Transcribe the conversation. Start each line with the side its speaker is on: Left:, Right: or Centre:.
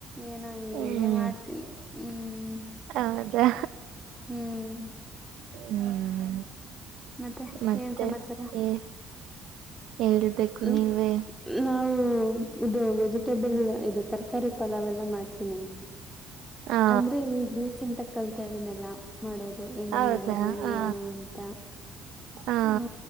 Centre: ಏ ನಾ ಹಂಗ
Right: ಹ್ಮ್
Centre: ಹಿಂಗಗೆ ಮಾಡ್ತೀನಿ ಹ್ಮ್
Right: ಹೌದಾ
Centre: ಹ್ಮ್
Right: ಹ್ಮ್
Centre: ಮತ್ತೆ
Right: ಮತ್ತೆ
Centre: ಏನ್ ಸಮಾಚಾರ? <unintelligible>
Right: ಏ ಹೇಳ್ಬೇಕು
Centre: ಹು
Right: ನೀವೇ
Centre: ನೀವು. <unintelligible> ಇದು ವೆಜಿಟೇಬಲ್ ಇದು ತರಕಾರಿ ಪಲಾವ್ ಎಲ್ಲ ಮಾಡ್ತೀನಿ. <unintelligible>
Right: ಹಾ
Centre: ಅಂದ್ರೆ ಈ ಗ್ರೀಸ್ ಇಂದ ಕಳಿತಾ ಇದ್ದೀನಲ್ಲಾ? <unintelligible> ಮಾಡೋದು ಹೆಂಗ್
Right: ಹೌದಾ
Centre: ಮಾಡೋದು
Right: ಹ
Centre: ಏನು ಅಂತ
Right: ಹಾ
Centre: ಹೂ